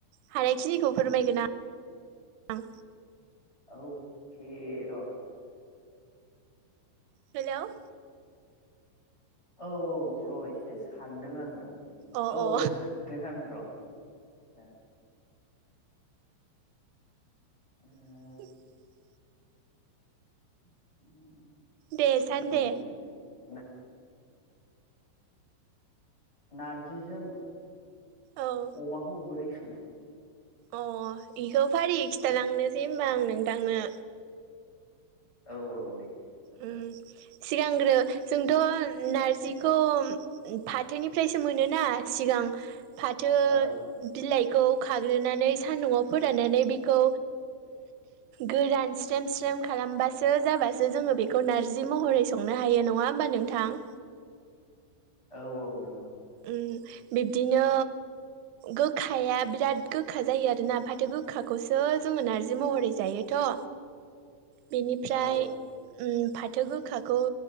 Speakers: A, on the right; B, in the centre.
A: हानायखिनिखौ फोरमायगोन आं
B: अख र' <unintelligible>
A: हेल'
B: औ औ र' एसे सानदों आङो
A: अ
B: औ
A: अ
B: सानदों आङो र' ए <unintelligible>
A: <inaudible>
B: <inaudible>
A: दे सान
B: उम
A: दे
B: नारजिजों
A: औ
B: अमाखौ बोरै सङो?
A: अ बेखौ फारियै खिथालांनोसै होमबा आं नोंथांनो
B: औ औ दे
A: ओ सिगांग्रो जोंथ' नारजिखौ फाथोनिफ्रायसो मोनो ना सिगां फाथो
B: औ
A: बिलाइखौ खाग्रोनानै सान्दुंआव फोराननानै बेखौ गोरान स्रेम स्रेम खालामबासो जाबासो जोङो बेखौ नारजि महरै संनो हायो नङा होमबा नोंथां
B: औ औ नंगौ
A: ओ बिब्दिनो गोखाया बिराद गोखा जायो आरोना फाथो गोखाखौसो जोङो नार्जि महरै जायोथ'
B: <inaudible>
A: बेनिफ्राय
B: औ
A: ओम फा फाथो गोखाखौ